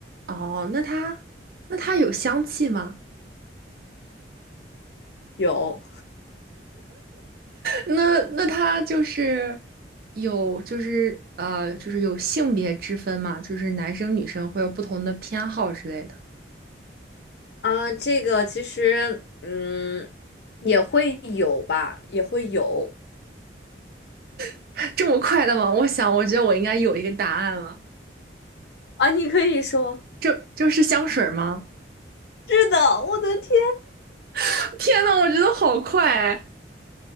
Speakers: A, on the right (about 55°); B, on the left (about 65°).
A: 哦，那它那它有香气吗？
B: 有
A: 那那他就是有就是呃就是有性别之分嘛，就是男生女生会有不同的偏好之类的。
B: 啊，这个其实嗯也会有吧，也会有
A: <laughs> 这么快的吗？我想，我觉得我应该有一个答案了。
B: 啊，你可以说。
A: 这就是香水吗？
B: 是的，我的天，
A: <laughs> 天呐，我觉得好快哎